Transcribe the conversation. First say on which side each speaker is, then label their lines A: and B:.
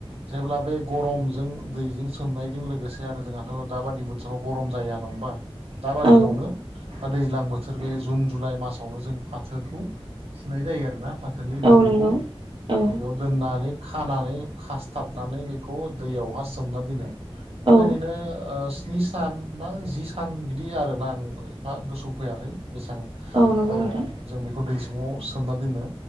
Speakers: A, on the right (about 80°); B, on the right (about 60°).
A: जेब्ला बे गरमजों दैजों सोमनायजों लोगोसे आरो जोंहाथ' दाबादि बोथोराव गरम जाया नङा होमबा। दााबादियावनो
B: औ
A: बा दैज्लां बोथोर बे जुन जुलाइ मास आवनो जों फाथोखौ फुनाय जायो आरोना फाथोनि बिगुरखौ
B: औ नंगौ औ
A: दोननानै खानानै खासथाबनानै बेखौ दैयावहा सोमना दोनो। बेबायदिनो
B: औ
A: ओ स्नि सान ना जि सान बिदि आरोना आं एफा गोसौ फैयाखै बेसां
B: औ नंगौ
A: ओ
B: नोंथां
A: जों बेखौ दै समाव सोमना दोनो।